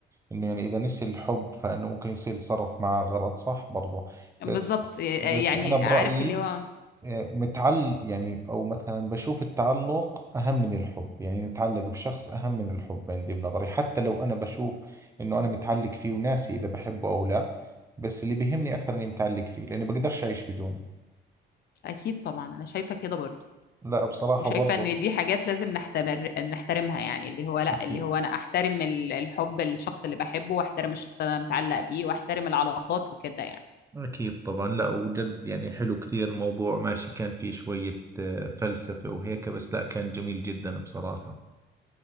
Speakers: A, on the right; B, on the left.
A: إنه يعني إذا نسي الحب فإنه ممكن يصير يتصرف معه غلط صح برضه
B: بالظبط
A: بس
B: يعني
A: بس أنا برأيي
B: عارف اللي هو
A: آه، متعل يعني أو مثلا بشوف التعلق أهم من الحب يعني نتعلق بشخص أهم من الحب عندي بنظري حتى لو أنا بشوف إنه أنا متعلق فيه وناسي إذا بحبه أو لا بس اللي بيهمني أكثر إني متعلق فيه لأني بقدرش أعيش بدونه
B: أكيد طبعا أنا شايفة كده برضه
A: لا بصراحة
B: وشايفة
A: برضو
B: ان دي حاجات لازم نحتمر نحترمها يعني اللي هو لا
A: أكيد
B: اللي هو انا احترم ال- الحب للشخص اللي بحبه واحترم الشخص اللي انا متعلق بيه واحترم العلاقات وكده يعني
A: أكيد طبعا لا وجد يعني حلو كثير الموضوع ماشي كان فيه شوية آه، فلسفة وهيك بس لا كان جميل جدا بصراحة